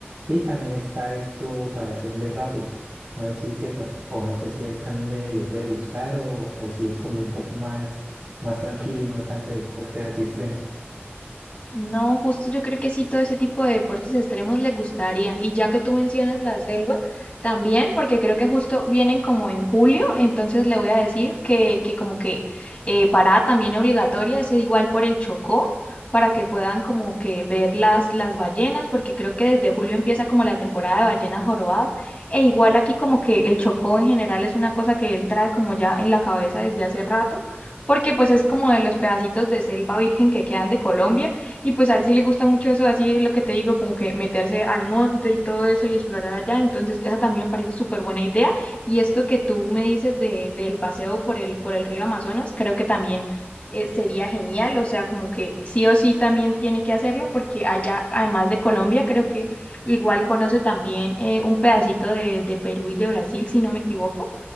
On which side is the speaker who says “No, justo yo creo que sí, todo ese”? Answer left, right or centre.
Left